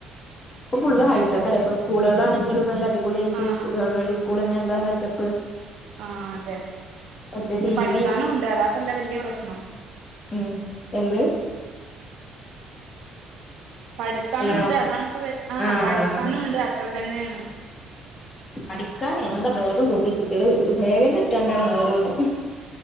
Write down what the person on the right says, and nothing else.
അങ്ങനെ
നല്ല
ആഹ്
ആ, അതെ.
ഇപ്പൊ
പഠിക്കാനൂണ്ട്
അതാപ്പല്ലേ വല്യ പ്രശ്നം.
പഠിക്കാനൂണ്ട്,
അതാണിപ്പം വെ ആ,
പഠിക്കാനൂണ്ട് അത്ര തന്നേന്ന്.